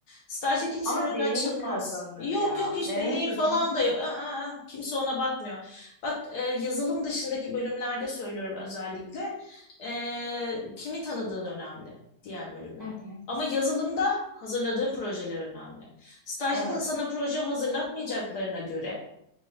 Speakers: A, on the left (about 70°); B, on the left (about 20°).
A: Stajda kimsenin
B: ama
A: önü
B: deneyim
A: açılmaz.
B: kazanılır
A: Yok
B: ya.
A: yok hiç
B: Deneyim
A: deneyim
B: kazanılıyor.
A: falan da yok. Aa, aa, kimse ona bakmıyor. Bak e, yazılım dışındaki bölümlerde söylüyorum özellikle. E, kimi tanıdığın önemli diğer bölümlerde.
B: Hı hı.
A: Ama yazılımda hazırladığın projeler önemli. Stajda
B: Evet.
A: da sana proje hazırlatmayacaklarına göre